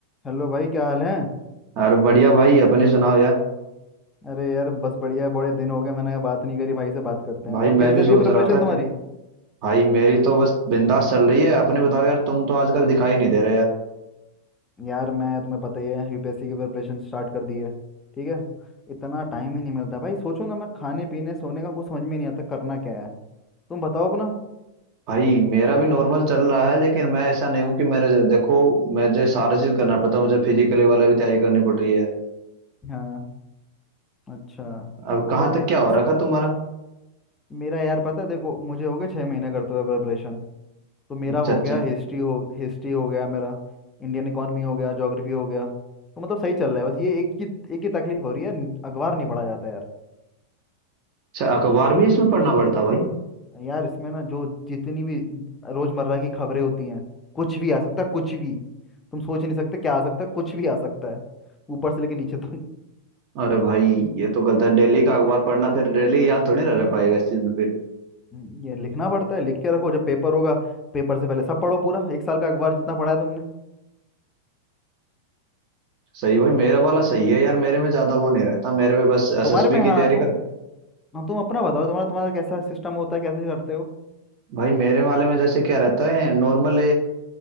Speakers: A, on the left (about 20°); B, on the right (about 45°).
A: Hello भाई क्या हाल है
B: अरे बढ़िया भाई अपने सुनाओ यार
A: अरे यार बस बढ़िया है बड़े दिन हो गए मैंने बात नहीं करी भाई से बात करते हैं
B: भाई
A: और
B: मैं
A: कैसी
B: भी
A: चल
B: सोच
A: रही है प्रिपरेशन
B: रहा था कि
A: तुम्हारी
B: भाई मेरी तो बस बिंदास चल रही है अपने बताओ यार तुम तो आजकल दिखाई नहीं दे रहे यार
A: यार मैं तुम्हें पता ही है यूपीएससी की प्रिपरेशन स्टार्ट कर दी है ठीक है इतना टाइम ही नहीं मिलता भाई सोचो ना मैं खाने पीने सोने का कुछ समझ में नहीं आता करना क्या है तुम बताओ अपना
B: भाई मेरा भी नॉर्मल चल रहा है लेकिन मैं ऐसा नहीं हूँ कि मेरे देखो मुझे सारा चीज करना पड़ता है मुझे फिजिकली वाला भी तैयारी करनी पड़ रही है यार
A: हाँ अच्छा
B: अब कहाँ
A: तो
B: तक क्या
A: इस
B: हो रखा तुम्हारा
A: मेरा यार पता है देखो मुझे हो गए छः महीने करते हुए प्रिपरेशन तो मेरा
B: अच्छा
A: हो
B: अच्छा
A: गया हिस्ट्री हो हिस्ट्री हो गया मेरा इंडियन इकोनॉमी हो गया ज्योग्राफी हो गया तो मतलब सही चल रहा है बस ये एक ही एक ही तकलीफ हो रही है न- अखबार नहीं पढ़ा जाता यार
B: अच्छा अखबार भी
A: हम्म,
B: इसमें पढ़ना पड़ता है भाई
A: यार इसमें ना जो जितनी भी रोजमर्रा की खबरें होती हैं कुछ भी आ सकता है कुछ भी तुम सोच नहीं सकते क्या आ सकता है कुछ भी आ सकता है ऊपर से लेके नीचे तक
B: अरे भाई ये तो गलत है डेली
A: अ,
B: का अखबार पढ़ना फिर डेली याद थोड़ी ना रह पाएगा इस चीज में फिर
A: हम्म, ये लिखना पड़ता है लिख के रखो जब पेपर होगा पेपर से पहले सब पढ़ो पूरा एक साल का अखबार जितना पढ़ा है तुमने
B: सही भाई मेरा वाला सही है यार मेरे में ज्यादा वो नहीं रहता मेरे में बस एसएसबी
A: तुम्हारे में हाँ
B: की तैयारी
A: तुम हाँ तुम अपना बताओ तुम्हारा तुम्हारा कैसा सिस्टम होता है कैसे करते हो
B: भाई मेरे वाले में जैसे क्या रहता है नॉर्मली